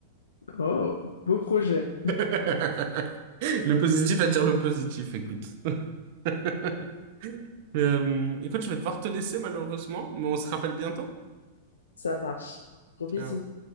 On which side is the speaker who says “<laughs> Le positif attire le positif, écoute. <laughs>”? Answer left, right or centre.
Right